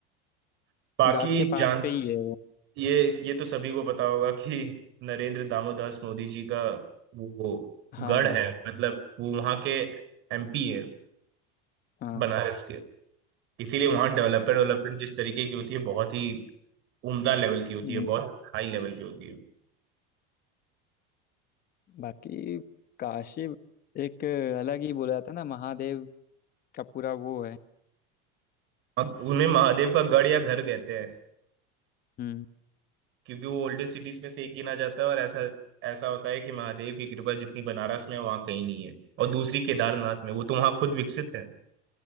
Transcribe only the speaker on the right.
बाकी
जान
ये ये तो सभी को पता होगा कि नरेंद्र दामोदास मोदी जी का वो
गढ़
है मतलब वो वहां के एमपी है
बनारस के इसीलिए वहां डेवलपमेंट डेवलपमेंट जिस तरीके की होती है बहुत ही उम्दा लेवल की होती
है बहुत हाई लेवल पे होती है
अब उन्हें महादेव का गढ़ या घर कहते हैं
क्योंकि वो ओल्डेस्ट सिटीज में से एक गिना जाता है और ऐसा ऐसा होता है कि महादेव की कृपा जितनी बनारस में है, वहाँ कहीं नहीं है और दूसरी केदारनाथ में वो तो वहाँ खुद विकसित है